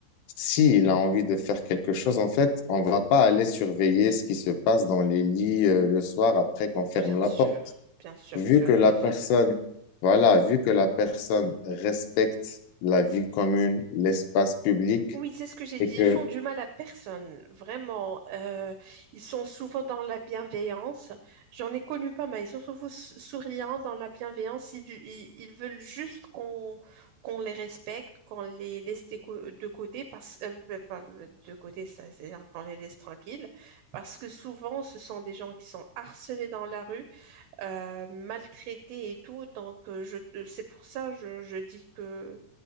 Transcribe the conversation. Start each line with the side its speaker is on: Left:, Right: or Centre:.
Left: s'il a envie de faire quelque chose, en fait, on va pas aller surveiller ce qui se passe dans les lits, euh, le soir après qu'on
Right: Ou
Left: ferme
Right: bien
Left: la
Right: sûr,
Left: porte.
Right: bien sûr,
Left: Vu
Right: tu
Left: que
Right: as tout
Left: la
Right: à
Left: personne,
Right: fait raison.
Left: voilà, vu que la personne respecte la vie commune, l'espace public,
Right: Oui, c'est ce que j'ai
Left: et
Right: dit.
Left: que,
Right: Ils font du mal à personne, vraiment. Euh, ils sont souvent dans la bienveillance. J'en ai connu pas mal. Ils sont souvent s- souriants dans la bienveillance. Ils, vu- ils- ils veulent juste qu'on qu'on les respecte, qu'on les laisse de, co- de côté, parce, euh, bah, pas de côté, ça, c'est-à-dire qu'on les laisse tranquilles, parce que souvent, ce sont des gens qui sont harcelés dans la rue, euh, maltraités et tout. Donc, euh, je, euh, c'est pour ça je, je dis que